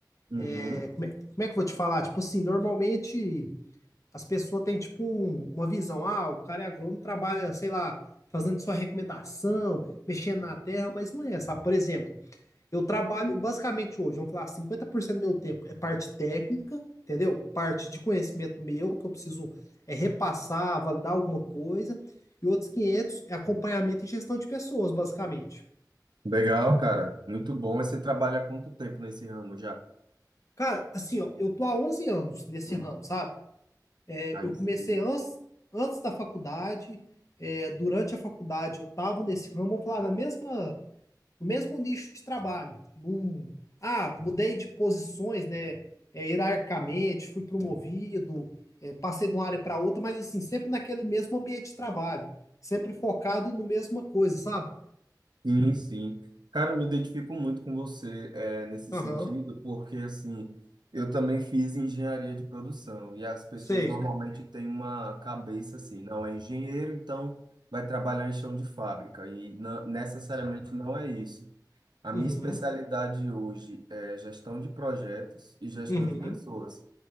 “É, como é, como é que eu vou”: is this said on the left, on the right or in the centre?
Left